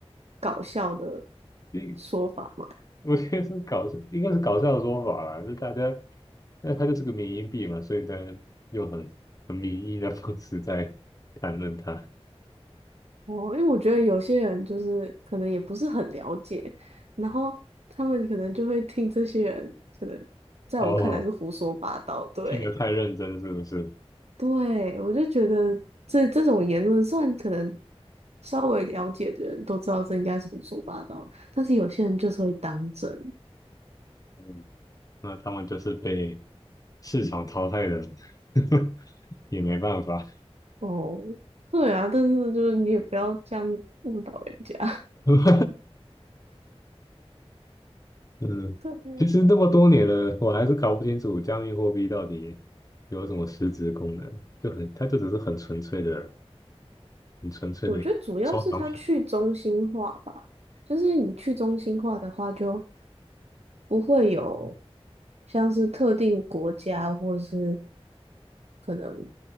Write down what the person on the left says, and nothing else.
<laughs>
<laughs> 我觉得是搞笑，应该是搞笑的说法啦，就大家，那它就是个缅因币嘛，所以大家用很很民意的方式在谈论它。
哦，
听得太认真是不是？
嗯那他们就是被市场淘汰的人，<laughs> 也没办法。
<laughs> 嗯，
其实那么多年了，我还是搞不清楚加密货币到底有什么实质功能，就很，它就只是很纯粹的、很纯粹的收藏品。